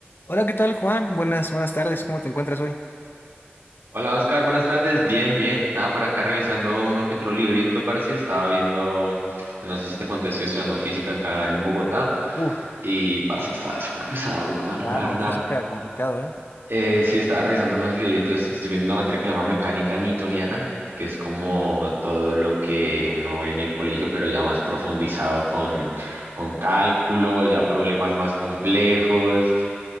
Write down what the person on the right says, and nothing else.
Hola Oscar, buenas tardes. Bien, bien. Nada, por acá revisando uno que otro librito, parce. Estaba viendo, no sé si te conté, estoy estudiando física acá en Bogotá
y parce, estaba súper pesado, weón,
la verdad.
Eh, sí, estaba revisando unos libritos. Estoy viendo una materia que se llama mecánica newtoniana, que es como todo lo que uno ve en el colegio, pero ya más profundizado con, con cálculo, ya problemas más complejos.